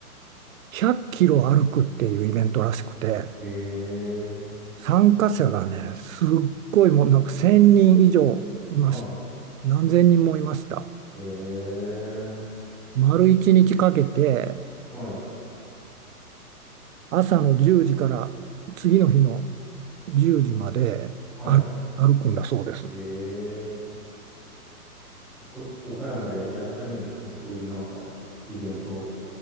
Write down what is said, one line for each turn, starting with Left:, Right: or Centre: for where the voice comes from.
Right: 100キロ歩くっていうイベントらしくて、
Centre: ええ。
Right: 参加者がね、すっごいもうなんか1000人以上いました。
Centre: はい。
Right: 何千人もいました。
Centre: ええ、
Right: 丸1日かけて、
Centre: はい、
Right: 朝の10時から次の日の10時まで歩、
Centre: はい。
Right: 歩くんだそうです。
Centre: ええ、おか岡山でやってるんですね。そういうなんか、イベント。